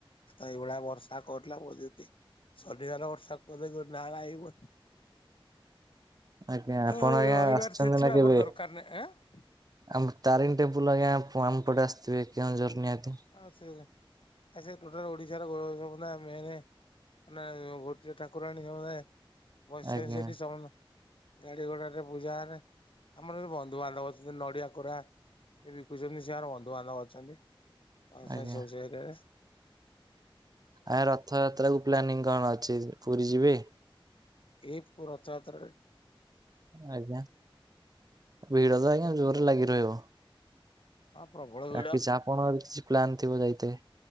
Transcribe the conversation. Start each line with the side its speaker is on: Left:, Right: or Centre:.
Left: ଆ ଏଇଡ଼ା ବର୍ଷା କଟ୍ ଲା ମଜ୍ ଦି ସନି ବାର ବର୍ଷା କଲେ ନା - ନା ଏ ବର୍ <inaudible>
Right: ଆଜ୍ଞା ଆପଣ
Left: ଉଁ
Right: ଆଜ୍ଞା
Left: ରଇବାର
Right: ଆସିଛନ୍ତି
Left: ଛେଚିବ
Right: ନା କେବେ?
Left: ଆମର ଦର୍ କାର୍ ନାହିଁଁ ଆଁ
Right: ଆମ ତାରିଣି ଟେମ୍ପୁଲ୍ ଆଜ୍ଞା ଆ ଆମ୍ ପଟେ ଆସିଥିବେ କେଉଁଝର ନିହାତି
Left: ଆସିଛି ଆଞ୍ଜା ଆ ସେପଟେ ରେ ଓଡିଶାର ଗୌବ ମେନେ ମାନେ ଗୋଟିଏ ଠାକୁରାଣୀ ସମ୍ ଦାଏ
Right: ଆଜ୍ଞା
Left: <inaudible> ଗାଡି ଘୋଡା ରେ ପୂଜା ହେନେ ଆମର ବନ୍ଧୁବାନ୍ଧବ ଅଛନ୍ତି ନଡିଆ କୋରା ସିଏ ବିକୁଛନ୍ତି ସେ ଆମର ବନ୍ଧୁବାନ୍ଧବ ଅଛନ୍ତି <inaudible> ସା-
Right: ଆଜ୍ଞା।
Left: ସ୍ - ବ୍ ରେ।
Right: ଆ ରଥଯାତ୍ରା କୁ ପ୍ଲାନିଂ କଣ ଅଛି ପୁରୀ ଯିବେ?
Left: ଏ ପୁ ରଥ ଯାତ୍ରାରେ
Right: ଆଜ୍ଞା ଭିଡ ତ ଆଜ୍ଞା ଜୋରେ ଲାଗି ରହିବ।
Left: ହଁ ପ୍ରବଳ। ଭିଡ
Right: ଆ କିଛି ଆପଣଙ୍କ କିଛି ପ୍ଲାନ୍ ଥିବ ଯାଇତେ